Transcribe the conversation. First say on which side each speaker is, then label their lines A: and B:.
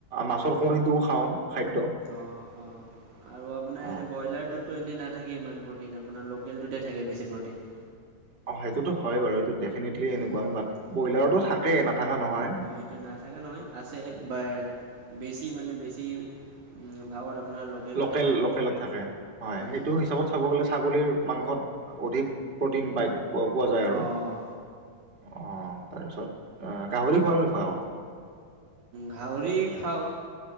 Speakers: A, on the right; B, on the right.
A: মাছৰ কণীটোও খাওঁ। খাদ্য
B: অ অ আৰু আপোনাৰ
A: অ
B: এনেই ব্ৰইলাৰটোত। নাথাকে ইমান প্ৰ'টিন আপোনাৰ লোকেলটোতে থাকে বেছি প্ৰটিন।
A: অ সেইটোতো হয় বাৰু এইটো ডেফিনেটলি
B: উম
A: এনেকুৱা
B: হম
A: বাট ব্ৰইলাৰতো
B: আহ
A: থাকে নাথাকা নহয়।
B: আহ সেইটো নাথাকে নহয় আছে বা। বেছি মানে বেছি। উম, ভাগত আপোনাৰ লোকেলতে
A: লোকেল
B: থাকে
A: লোকেলত থাকে হয়
B: হুম,
A: সেইটো
B: হুম।
A: হিচাপত চাব গলে ছাগলীৰ। মাংসত অধিক প্ৰ'টিন পাই পোৱা যায় আৰু।
B: অঁ অঁ
A: অ তাৰপিছত গাহৰি খোৱা ন নোখোৱা আকৌ।
B: গাহৰি খাওঁ।